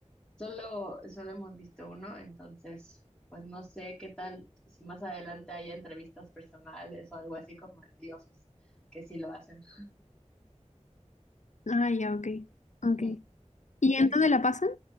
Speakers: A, in the centre; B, on the left.
A: Solo, solo hemos visto uno, entonces, pues no sé qué tal si más adelante haya entrevistas personales o algo así como en The Office, que sí lo hacen.
B: Ah, ya, ok,
A: Ujú.
B: ok. ¿Y
A: Que
B: entonces la pasan?